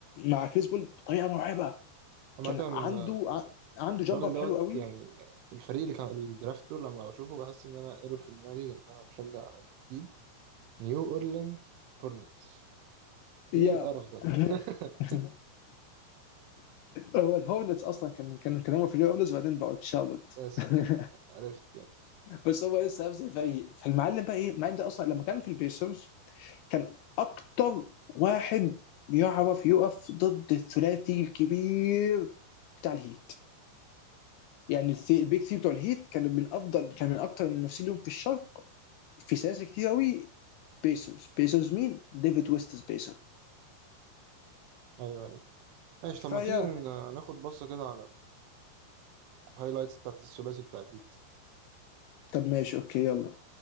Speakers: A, on the left; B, on the right.
A: مع كريس بول بطريقه مرعبه
B: عامة
A: كان عنده
B: آه،
A: ع- عنده جامبر
B: الراجل دوت
A: حلو قوي
B: يعني الفريق اللي كان الدرافت دول لما بشوفه بحس إن أنا ايرور في دماغي لأن أنا مشجع يعني جديد نيو أورلين هورنتس إيه
A: يا
B: القرف ده؟
A: <laughs>
B: <laughs>
A: yeah. <applause> هو الهورنتس اصلا كان كان كان هم في الهورنتس وبعدين بقوا تشارلوت
B: يس
A: <laughs>
B: يس عرفت
A: بس هو لسه هيفضل فريق فالمعلم بقى ايه المعلم ده اصلا لما كان في البيسرز كان اكتر واحد بيعرف يقف ضد الثلاثي الكبير بتاع الهيت يعني الث- البيك ثري بتوع الهيت كانوا من افضل كان من اكتر المنافسين لهم في الشرق في سلاسل كتير قوي بيسرز بيسرز مين؟ ديفيد ويستس بيسر
B: ايوه ايوه ماشي
A: فيا
B: طب ما تيجي ن- ناخد بصة كده على الهايلايتس بتاعت الثلاثي بتاع الجيل
A: طب ماشي اوكي يلا